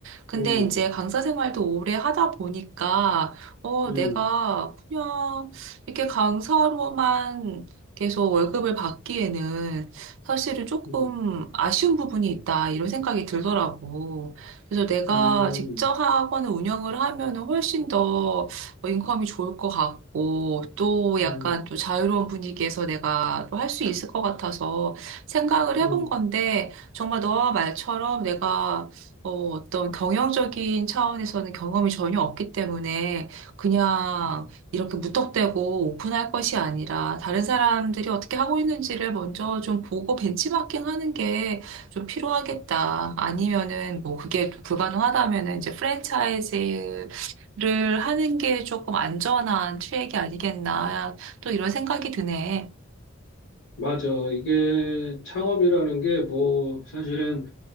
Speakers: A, on the right; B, on the left.
A: 근데
B: 음,
A: 이제 강사 생활도 오래 하다 보니까, 어,
B: 음,
A: 내가 그냥 이렇게 강사로만 계속 월급을 받기에는 사실은 조금
B: 음,
A: 아쉬운 부분이 있다. 이런 생각이 들더라고. 그래서 내가
B: 음,
A: 직접 하거나 운영을 하면은 훨씬 더 뭐 인컴이 좋을 것 같고 또 약간
B: 음,
A: 또 자유로운 분위기에서 내가 또 할 수 있을 것 같아서 생각을 해본
B: 음.
A: 건데 정말 너와 말처럼 내가 어, 어떤 경영적인 차원에서는 경험이 전혀 없기 때문에 그냥
B: 음.
A: 이렇게 무턱대고 오픈할 것이 아니라 다른 사람들이 어떻게 하고 있는지를 먼저 좀 보고 벤치마킹 하는 게 좀 필요하겠다. 아니면은 뭐 그게 또 불가능하다면은 이제 프랜차이즈를 하는 게 조금 안전한 트랙이 아니겠나. 또 이런 생각이 드네.
B: 맞아. 이게 창업이라는 게 뭐 사실은